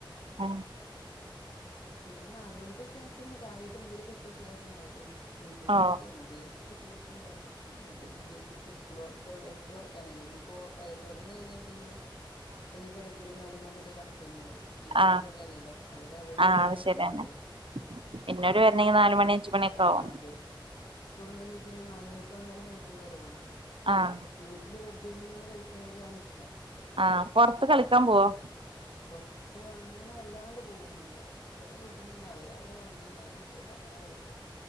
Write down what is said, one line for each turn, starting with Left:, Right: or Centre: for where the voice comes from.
Right: ആഹ്
Left: പിന്നെ നാലുമണിക്ക് സ്നാക്സ്നാണ് കാര്യായിട്ട് എന്തേലൊക്കെ സ്പെഷ്യലായിട്ട് ഇണ്ടാക്കോള്ളു യുട്യൂബ്
Right: ആ
Left: നോക്കി എന്തേലും കുത്തി കൽ‌ക്കി ഇണ്ടാക്കും ഓൽത് മുന്നില് വെച്ച് കൊടുക്കും സ്കൂള് തോറക്കല്ലേ സ്കൂള് തോറക്കാനായില്ലേ ഇഞ്പ്പോ തോർന്ന് കഴിഞ്ഞാ പിന്നെ ഈ കഴിക്കലും കാര്യങ്ങളും <unintelligible> കണക്കന്നെ ആവും ഞമ്മളെ
Right: ആ
Left: കണ്ടർല്ലല്ലല്ലോ അവര് അവരുടേതായി
Right: ആ അത്
Left: <unintelligible>
Right: ശരിയാണ്
Left: അപ്പ
Right: പിന്നോര്
Left: പിന്നെ
Right: വരണെങ്കി
Left: അത്
Right: നാല് മണി അഞ്ച് മണിയൊക്കെ
Left: ആഹ്
Right: ആവും
Left: തെ സ്കൂള്ണ്ടെങ്കി പിന്നെ നാലുമണിക്ക് വന്നാലും കഴിക്കല് കുറവാണ്
Right: ആഹ്
Left: വീട്ട്ല് വെർതെ ഇര്ന്ന്ങ്ങാണ് കഴിക്ണതാണ് ഇഷ്ടം
Right: ആഹ് പോർത്ത് കളിക്കാം പോവോ?
Left: പോർത്ത് അങ്ങനെ വല്ലാണ്ട് പോവൊന്നുല്ല ഇവടെ വീട്ട്ന്നനെ അവര് അവരെ വ ണ്ടി കാര്യങ്ങളൊക്കെയ്ട്ട് അങ്ങനെ കളിക്കും